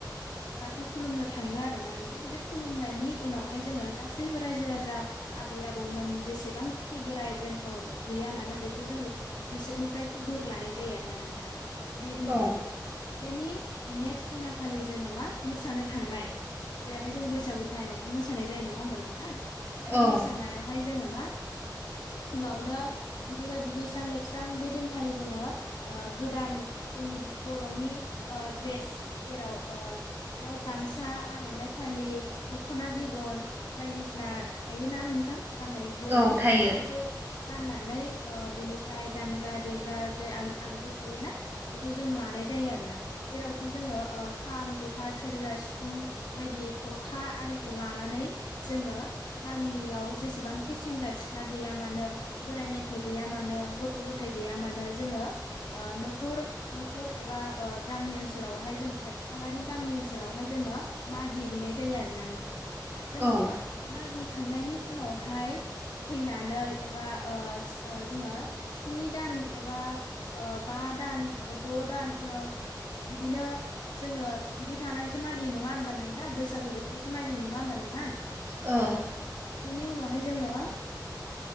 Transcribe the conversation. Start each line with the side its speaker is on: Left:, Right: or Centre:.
Left: बाथौ खुलुमनो थाङो आरोना नोंथां बे खुलुमनायनि उनावहाय जोङो गासैबो रायजो राजा आबै आबौमोन जेसेबांखि बोराय बेन्थ' गैया मानो बेखौ जोङो बिसोरनिफ्रायबो बोर लानाय जायो आरोना नोंथां बेदिन
Right: औ
Left: खालि बेनि नेक्स्ट दिना खालि जोङो मा मोसानो थांनाय जेरैहाय जों बैसागो टाइमावथ' मोसानाय जानाय नङा होमबा नोंथां बे
Right: औ
Left: मोसानायावहाय जोङो मा फुङावनो बिदिनो दुगैस्रां लोबस्रां बे दिनखालि जोङो गोदान जोंनि बर'नि द्रेस जेराव ओ बेयाव गामसा आर'नाइ फालि दख'ना बिदन बायदिसिना थायोना नोंथां गाननाय बर'नि
Right: औ थायो
Left: बेखौ गाननानै बेनिफ्राय दामग्रा देग्रा जे आगजु थायोना बेखौ जों लानाय जायो आरो ना जेरावखि जोङो खाम जथ था सेरजा सिफुं बायदि थरखा आरिखौ लानानै जोङो गामियाव जेसेबांखि सेंग्रा सिख्ला गैया मानो बोराइ मेथ' गैया मानो गथ' गथाय गैया मानो जोङो न'खर न'खर एबा गामि ओनसोलावहाय जों खाथि खालानि गामि ओनसोलावहाय जोङो मागि हैैनाय जायो आरोना नोंथां जोङो
Right: औ
Left: मागिखांनायनि उनावहाय फैनानै एबा जोङो स्नि दान एबा बा दान एबा द' दान बिदिनो जोङो बिदि थानानैसो मागियो नङा होनबा नोंथां बैसागु बोथोरावसो मागि नङा होमबा नोंथां
Right: औ
Left: ओ बिनि उनावहाय जोङो